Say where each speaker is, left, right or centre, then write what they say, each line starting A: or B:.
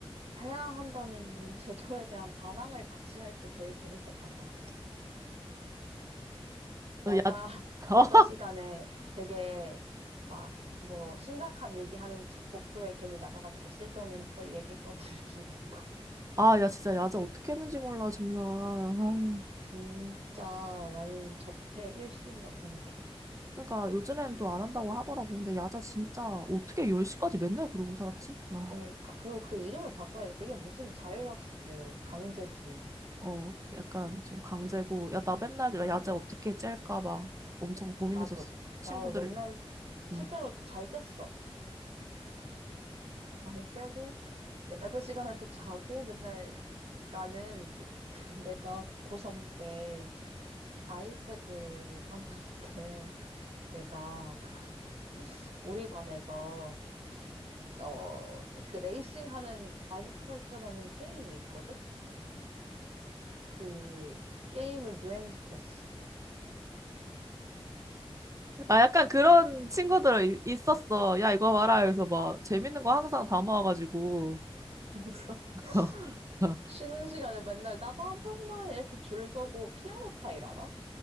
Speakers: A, on the right; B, on the right.
A: 해야 한다는 이 <laughs> 제도에 대한 반항을 같이 할 때 제일 재밌었던 것
B: 어,
A: 야자,
B: 야,
A: <laughs>
B: <laughs>
A: 야자 시간에 되게 막 뭐 심각한 얘기하는 척 복도에 괜히 나가가지고 쓸데없는 또 얘기 떠들기 이런. <laughs>
B: 아, 야 진짜 야자 어떻게 했는지 몰라 정말. 아,
A: 진짜 나는 적폐 1순위라고 생각해.
B: 그러니까 요즘엔 또 안 한다고 하더라고. 근데 야자 진짜 어떻게 10시까지 맨날 그러고 살았지? 아,
A: 그니까. 그리고 그 이름을 바꿔야 돼. 그게 무슨 자율학습이에요. 강제지.
B: 어, 약간 좀 강제고 야 나 맨날 야자 어떻게 짤까 막 엄청 고민해서
A: 나도.
B: 친구들.
A: 나도 맨날
B: 응.
A: 실제로 잘 잤어. 잘 자고 야자 시간에 또 자고 맨날 나는 그, <laughs> 내가 고3 때 아이패드를 샀는데 내가 <laughs> 우리 반에서 어, 그 레이싱 하는 아스팔트라는 게임이 있거든? 그 게임을 유행시켰어.
B: 아, 약간 그런 친구들 이- 있었어. 야, 이거 봐라. 그래서 막 재밌는 거 항상 담아와가지고.
A: 그래서 <laughs>
B: <laughs>
A: 쉬는 시간에 맨날 나도 한 판만 이렇게 줄 서고 피아노 타일 알아?